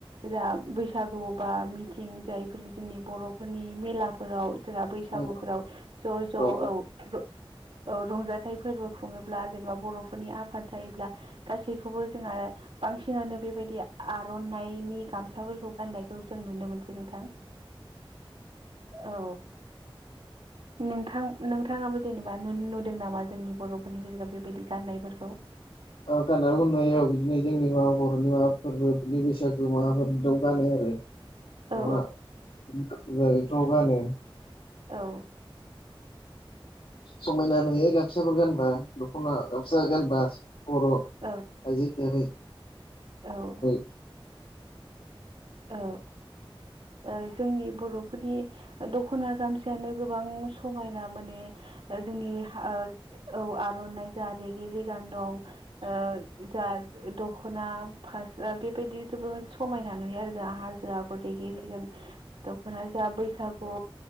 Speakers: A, on the right (about 80°); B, on the left (about 80°).
A: जा बैसागु बा मिथिं जायफोर जोंनि बर'फोरनि मेला फोराव जोंहा बैसागुफोराव
B: ओ
A: ज' ज' औ
B: ओ
A: औ रंजाथाइ फोरबो खुङोब्ला जेनेबा बर'फोरनि आफाद जायोब्ला गासैखौबो जोंहा बांसिनानो बेबायदि आर'न नायनि गामसाफोरखौ गाननायखौ जों नुनो मोनसै नोंथां। औ। नोंथां नोंथाङाबो जेनेबा नु-नुदों नामा जोंनि बर'फोरनि गेजेराव बेबायदि गाननायफोरखौ?
B: ओ गाननायखौ नुयो औ बिदिनो जोंनि माबा बर'नि माबा फोरबो बिदि बैसागु माबाफोर बिदियाव गानो आरो। माबा
A: औ
B: <unintelligible> गानो।
A: औ
B: समायना नुयो गामसाफोर गानबा दख'ना गामसा गानबा बर'
A: औ
B: आयजोै हिसाबै
A: औ
B: <unintelligible>
A: औ। ओ जोंनि बर'फोरनि दख'ना गामसायानो गोबां समायना मोन जोंनि जोंनि हा औ आर'नाइ जा रेगरिगां दं ओ जा दख'ना फास्रा बेबायदि जोबोर समायना नुयो आरो हाजो आगर रिगि रिगां दख'ना जा बैसागु